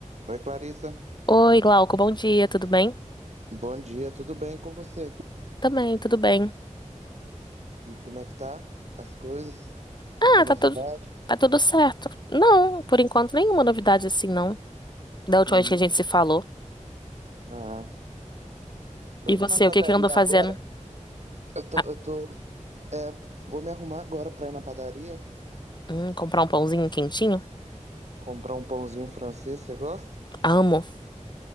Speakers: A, on the right (about 60°); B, on the left (about 35°).
A: Oi, Clarissa.
B: Oi, Glauco, bom dia, tudo bem?
A: Bom dia, tudo bem com você?
B: Também, tudo bem.
A: E como é que tá? As coisas?
B: Ah,
A: Uma novidade?
B: tá tudo, tá tudo certo. Não, por enquanto, nenhuma novidade assim, não. Da última
A: Nenhuma?
B: vez que a gente se falou.
A: Ah, tô
B: E
A: indo
B: você,
A: na padaria
B: o que que andou fazendo?
A: agora. Eu tô,
B: Ah,
A: eu tô, é, vou me arrumar agora pra ir na padaria,
B: hum, comprar um pãozinho quentinho?
A: comprar um pãozinho francês, você gosta?
B: Amo.